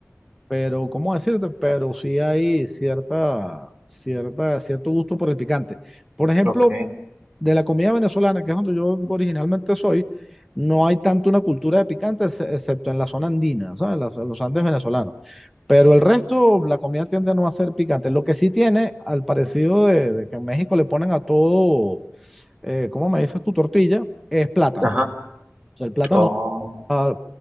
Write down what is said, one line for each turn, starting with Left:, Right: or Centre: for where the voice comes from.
Centre: pero, ¿cómo decirte? Pero sí hay cierta, cierta, cierto gusto por el picante. Por ejemplo,
Right: ok.
Centre: de la comida venezolana, que es donde yo originalmente soy, no hay tanto una cultura de picante, ex- excepto en la zona andina, ¿sabes? Las- los Andes venezolanos. Pero el resto, la comida tiende no a ser picante. Lo que sí tiene, al parecido de, de que en México le ponen a todo, eh, ¿cómo me dices tu tortilla? Es plátano.
Right: Ajá.
Centre: O sea, el plátano
Right: Oh,
Centre: va